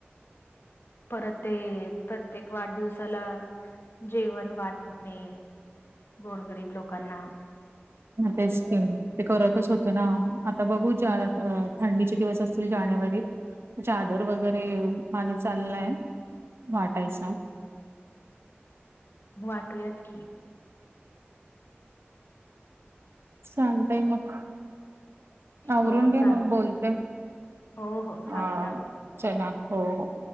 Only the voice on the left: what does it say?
परत ते प्रत्येक वाढदिवस ला जेवण वाटणे गोरगरीब लोकांना
वाटूयात की
हो
चालेल
हो हो चालेल
आवडेल